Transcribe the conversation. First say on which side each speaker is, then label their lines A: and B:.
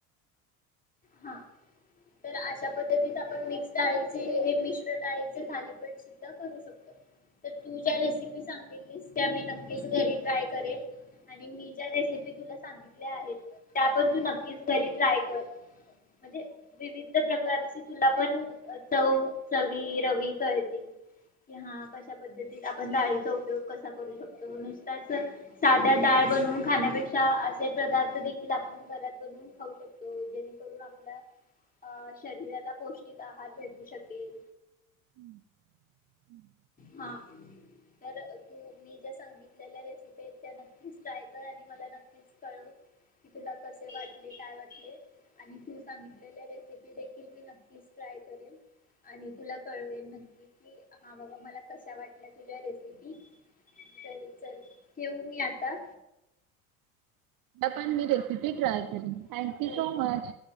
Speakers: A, on the left; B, on the right.
A: हां. तर अशा पद्धतीत आपण मिक्स डाळीचे हे मिश्र डाळीचे थालीपीठस सुद्धा करू शकतो. तर तू ज्या रेसिपी सांगितलीस त्या मी नक्कीच घरी ट्राय करेन. आणि मी ज्या रेसिपी तुला सांगितल्या आहेत त्या पण तू नक्कीच घरी ट्राय कर. म्हणजे विवि ध प्रकारची तुला पण चव-चवी, रवी कळतील. कि हां कशा पद्धतीत आपण डाळीचा उपयोग कसा करू शकतो नुसताच साध्या डाळ बनवून खाण्यापेक्षा असे पदार्थ देखील आपण घरात बनवून खाऊ शकतो जेणे करुन आपल्या अ शरीराला पौष्टिक आहार भेटू शकेल.
B: हम् हम्.
A: हां. तर तू मी ज्या सांगितलेल्या रेसिपी आहेत त्या नक्कीच ट्राय कर आणि मला नक्कीच कळव. की तुला कसे वाटले, काय वाटले. आणि तू सांगितलेल्या रेसिपी देखील मी नक्कीच ट्राय करेन. आणि तुला कळवेल नक्की कि हा बाबा मला कशा वाटल्या तुझ्या रेसिपी. चल चल ठेऊू मी आता?
B: पण मी रेसिपी
A: हा चालेल
B: ट्राय करेन थँक यू
A: हो
B: सो मच.